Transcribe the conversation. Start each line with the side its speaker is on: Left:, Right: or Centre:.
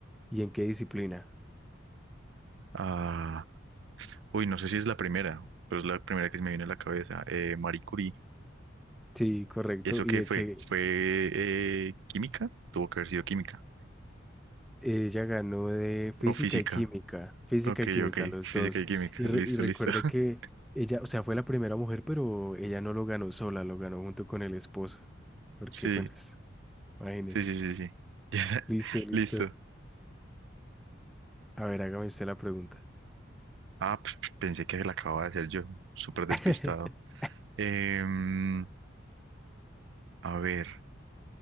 Centre: y en qué disciplina?
Right: Ah, uy, no sé si es la primera, pero es la primera que se me viene a la cabeza. Eh, Marie Curie.
Centre: Sí, correcto,
Right: ¿Eso
Centre: y
Right: qué
Centre: de
Right: fue?
Centre: que
Right: ¿Fue eh, química? Tuvo que haber sido química.
Centre: ella ganó de
Right: ¿O
Centre: física
Right: física?
Centre: y química, física
Right: Ok,
Centre: y química,
Right: ok.
Centre: los
Right: Física
Centre: dos.
Right: y química.
Centre: Y, re-
Right: Listo,
Centre: y recuerde
Right: listo. <laughs>
Centre: que ella, o sea, fue la primera mujer, pero ella no lo ganó sola, lo ganó junto con el esposo, porque,
Right: Sí,
Centre: bueno... pues, Imagínese.
Right: sí, sí, sí, sí. <laughs> Ya,
Centre: Listo, listo.
Right: listo.
Centre: A ver, hágame usted la pregunta.
Right: Ah, pues, pensé que la acababa de hacer yo. Súper despistado.
Centre: <laughs>
Right: Em, a ver.